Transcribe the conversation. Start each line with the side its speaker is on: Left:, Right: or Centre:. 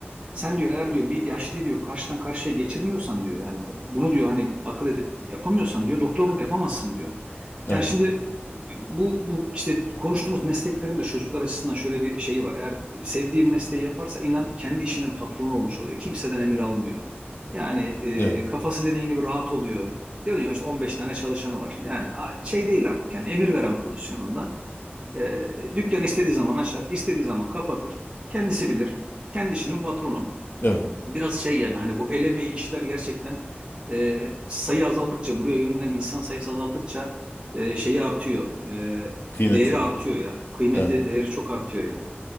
Right: Sen diyor eğer diyor bir yaşlıyı diyor karşıdan karşıya geçirmiyorsan diyor yani bunu diyor hani akıl edip yapamıyorsan diyor doktorluk yapamazsın diyor.
Left: evet,
Right: Yani şimdi bu, bu işte konuştuğumuz mesleklerin de çocuklar açısından şöyle bir şeyi var. Eğer sevdiği bir mesleği yaparsa inan kendi işinin patronu olmuş oluyor. Kimseden emir almıyor. Yani e,
Left: evet,
Right: kafası dediğin gibi rahat oluyor. Diyorsun ya işte 15 tane çalışanı var. Yani a- şey değil artık yani emir veren pozisyonunda. E, dükkan istediği zaman açar, istediği zaman kapatır. Kendisi bilir. Kendi işinin patronu
Left: evet.
Right: biraz şey yani hani bu el emeği işler gerçekten e, sayı azaldıkça buraya yönelen insan sayısı azaldıkça e, şeyi artıyor. E,
Left: Kıymeti.
Right: değeri artıyor ya. Kıymeti,
Left: Evet.
Right: değeri çok artıyor yani.